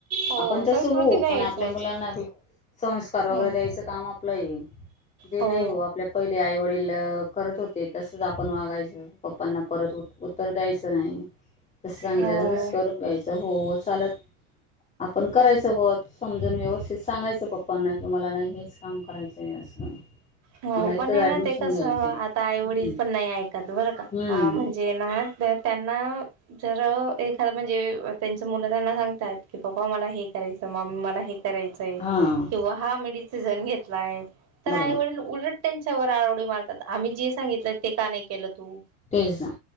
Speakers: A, on the right (about 40°); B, on the left (about 20°).
A: हो
B: आपण तस
A: संस्कृती
B: हो
A: नाही
B: पण
A: विसरायची.
B: आपल्या मुलांना संस्कार वगैरे
A: हम्म.
B: द्यायचं काम आपलंय जे
A: हो
B: नाही भाऊ आपल्या पहिले आई वडील करत होते तसच आपण वागायचं पप्पांना परत उ उत्तर द्यायचं नाही जस सांगितलं
A: हो.
B: तस करून घ्यायचं हो हो चालत आपण करायच सोबत समजून व्यवस्थित सांगायचं पप्पांना कि मला नाही हेच काम करायचंय असं
A: हो
B: मला इथंच
A: पण हे ना
B: ऍडमिशन
A: ते कस
B: घ्यायचंय
A: आता
B: हम्म
A: आई वडील पण नाही ऐकत बरं का
B: हम्म
A: म्हणजे ना त्या जर एखादा म्हणजे त्यांच मुलं त्यांना सांगतात की पप्पा प्पा मला हे करायचं मम्मी मला हे करायचंय
B: हा
A: किं हा मी डिसिजन घेतलाय तर
B: बरोबर
A: आई वडील उलट त्यांच्यावर आळवडी मारतात आम्ही जे सांगितलं ते का नाही केलं तू
B: तेच ना